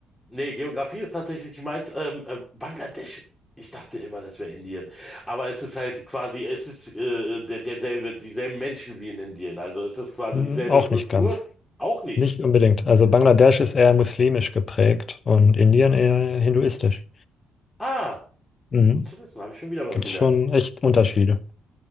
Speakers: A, in the centre; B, on the left.
A: Nee, Geografie ist tatsächlich nicht meins. Ähm, äh, Bangladesch, ich dachte immer, das wäre Indien. Aber es ist halt quasi, es ist äh, der, derselbe, dieselben Menschen wie in Indien. Also es ist quasi
B: Hm,
A: dieselbe
B: Auch
A: Kultur.
B: nicht ganz.
A: Auch nicht.
B: Nicht unbedingt. Also Bangladesch ist eher muslimisch geprägt und Indien eher hinduistisch.
A: Ah,
B: Mhm.
A: gut zu wissen, habe ich schon wieder was
B: Gibt
A: gelernt.
B: es schon echt Unterschiede.